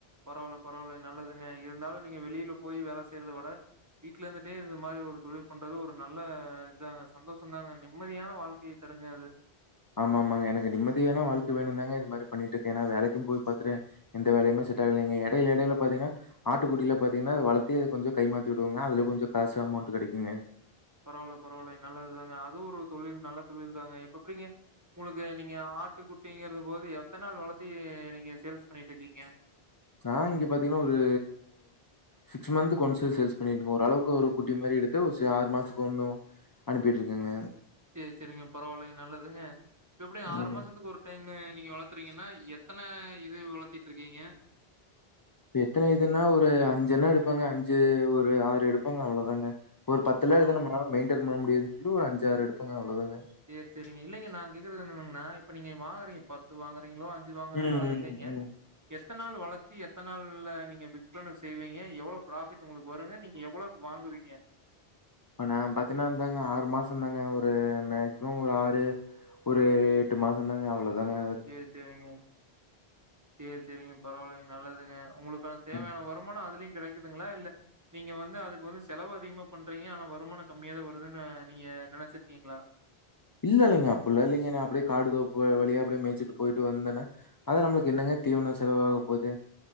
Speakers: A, on the right; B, on the left.
A: பரவால்ல பரவால்லங் நல்லதுங்க இருந்தாலு நீங்க வெளியில போயி வேல செய்யறத விட வீட்ல இருந்துட்டே இந்த மாரி ஒரு தொழில் பண்றது ஒரு நல்ல இதாங்க சந்தோஷந்தாங்க நிம்மதியான வாழ்க்கை <unintelligible>
B: ஆமா ஆமாங்க எனக்கு நிம்மயான வாழ்கை வேணுன்தாங்க இது மாரி பண்ணிட்டு இருக்கே ஏன்ன வேலைக்கு போய் பாத்துட்டே எந்த வேலையுமே செட் ஆகலைங்க இடையில இடையில பாத்தீங்கனா ஆட்டுக்குட்டியில பாத்தீங்கனா வளர்த்தி அது கொஞ்சோ கைமாத்தி வுடுவங்க அதுல கொஞ்சோ காசு அமௌண்ட் கெடைக்குங்க
A: பரவால பரவாலேங் நல்லதுதாங்க அதுவு ஒரு தொழில் நல்ல தொழில் தாங்க இப்ப எப்டிங்க உங்குளுக்கு நீங்க ஆ ட்டு குட்டிங்கிறது போது எத்தன நாள் வளத்தி நீங்க சேல்ஸ் பண்ணிட்ருக்கீங்க
B: நா இங்க பாத்தீங்னா ஒரு சிக்ஸ் மந்த்க்கு ஒன்ஸ்சு சேல்ஸ் பண்ணியிருகங் ஓரளவுக்கு ஒரு குட்டி மாரி எடுத்து ஒ சி ஆறு மாசத்துக்கு ஒன்னு அனுப்பிட்ருக்கேங்க
A: சேரி சேரிங்க பரவால்லேங் நல்லதுங்க இப்ப எப்டி ஆறு
B: ம்.
A: மாசத்துக்கு ஒரு டைமு நீங்க வளத்துறீங்கனா எத்தன இது வளத்திட்ருக்கீங்க
B: எத்தன இதுன்னா ஒரு அஞ்சென்னா எடுப்பங்க அஞ்சு ஒரு ஆறு எடுப்பங்க அவ்ளோதாங்க ஒரு பத்தெல்லா
A: பரவால்ல
B: எடுத்தா நம்மளால மெயின்டென் பண்ண முடியதுன் ஒரு அஞ்சாரு எடுப்பங்க அவ்ளோதாங்க
A: சேரி சேரிங்க இல்லைங்க நா கேக்குறது என்னாதுங்குனா இப்ப நீங்க வாங்குறீங்க பத்து வாங்கற றீங்களோ அஞ்சு வாங்குறீங்களோ
B: ம்,
A: அது இல்லைங்க
B: ம், ம்.
A: எத்தன் நாள் வளத்தி எத்தன் நாள்ல்ல நீங்க விற்பன செய்வீங்க எவ்ளோ ப்ராஃபிட் உங்குளுக்கு வருங்க நீங்க எவ்ளோ வாங்குவீங்க
B: இப்ப நா பாத்தீங்னா இந்தாங்க ஆறு மாசோ தாங்க ஒரு மேக்சிமம் ஒரு ஆறு ஒரு எட்டு மாசோ தாங்க அவ்ளோதாங்க
A: சேரி சேரிங்க சேரி சேரிங்க பரவாலேங் நல்லதுங்க உங்குளுக்கா தேவையான
B: ம்.
A: வருமானோ அதுலயு கெடைக்குதுங்களா இல்ல நீங்க வந்து அதுக்கு வந்து செலவு அதிகமா பண்றீங்க ஆனா வருமானோ கம்மியாதா வருதுன் ஆ நீங்க நெனைச்சிருக்கீங்களா
B: இல்ல இல்லங்க அப்டில்லா இல்லைங்க நா அப்டியே காடு தோப்பு வ வழியா அப்டியே மேய்ச்சுட்டு போயிட்டு வந்தன்னா அது நம்முளுக்கு என்னங்க தீவனோ செலவாக போது